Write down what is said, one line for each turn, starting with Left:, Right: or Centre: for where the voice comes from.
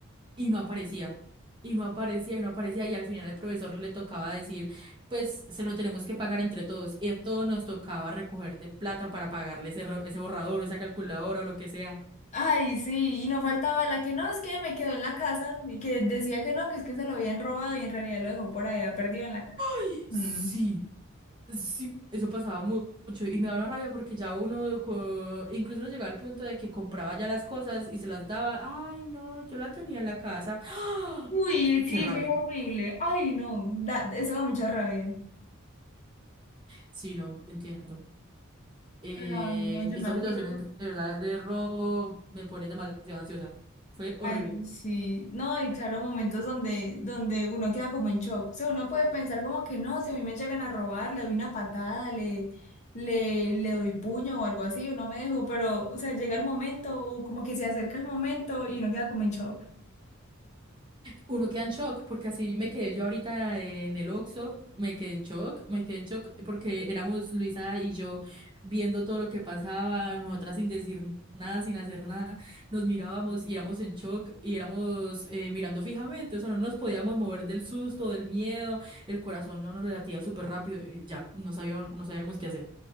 Right: Y no aparecía. Y no aparecía, y no aparecía. Y al final el profesor le tocaba decir, pues se lo tenemos que pagar entre todos. Y a todos nos tocaba recoger de plata para pagarle ese, ro- ese borrador o esa calculadora o lo que sea.
Left: Ay, sí, y no faltaba la que no, es que me quedó en la casa y que decía que no, que es que se lo habían robado y en realidad lo dejó por allá perdido en la casa.
Right: Ay,
Left: Mm.
Right: Sí, sí, eso pasaba mu- mucho. Y me daba una rabia porque ya uno, co- incluso uno llegaba al punto de que compraba ya las cosas y se las daba. Ay, no, yo la tenía en la casa. <gasps>
Left: Uy, sí,
Right: Qué rabia.
Left: eso era horrible. Ay, no, da- eso da mucha rabia.
Right: Sí, no entiendo. Eh,
Left: Pero ay, no, yo
Right: estas
Left: me acuerdo.
Right: situaciones de verdad de robo me ponen demasiado ansiosa. Fue
Left: Ay,
Right: horrible.
Left: sí. No, y claro, momentos donde, donde uno queda como en shock. O sea, uno puede pensar como que no, si a mí me llegan a robar, le doy una patada, le, le, le doy puño o algo así, o no me dejo, pero, o sea, llega el momento, o como que se acerca el momento y uno queda como en shock.
Right: Uno queda en shock porque así me quedé yo ahorita en el Oxxo, me quedé en shock, me quedé en shock porque éramos Luisa y yo viendo todo lo que pasaba, nosotras sin decir nada, sin hacer nada, nos mirábamos y éramos en shock y éramos eh, mirando fijamente, o sea, no nos podíamos mover del susto, del miedo, el corazón no nos latía súper rápido, y ya, no sabíamos, no sabíamos qué hacer.